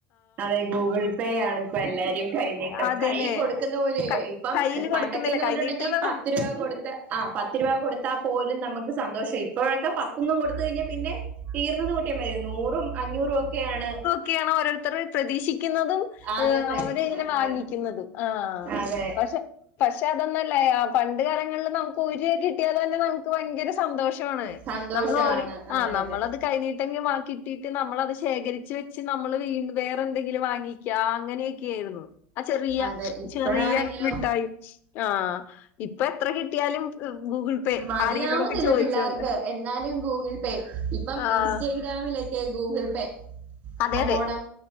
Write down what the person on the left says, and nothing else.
അതന്നെ
ക
കയ്യില്
കൊടുക്കുന്നില്ല
കൈനീട്ടംന്നാണ്
ക്കെയണ് ഓരോരുത്തർ പ്രതീക്ഷിക്കുന്നതും.
ഏ
അവരെങ്ങനെ വാങ്ങിക്കുന്നത് ആ
പക്ഷേ പക്ഷെ അതൊന്നല്ലേ പണ്ട് കാലങ്ങളിൽ നമുക്ക് ഒരി കിട്ടിയത് തന്നെ നമുക്ക് ഭയങ്കര സന്തോഷണ്.
നമ്മള് ഓരോ
ആ നമ്മളത്
കൈ നീ <unintelligible> ബാക്കിട്ടീട്ട് നമ്മളത് ശേഖരിച്ച് വെച്ച് നമ്മൾ വീ വേറെ എന്തെങ്കിലും വാങ്ങിക്ക അങ്ങനെയൊകെയ്ന്നു ആ ചെറിയ
ചെറിയ മിട്ടായി ആഹ് ഇപ്പൊ എത്ര കിട്ടിയാലും ഗൂഗിൾ പേ
ആരെങ്കിലോടൊക്കെ ചോദിച്ചോന്ന്
ആഹ്
അതെ
അതെ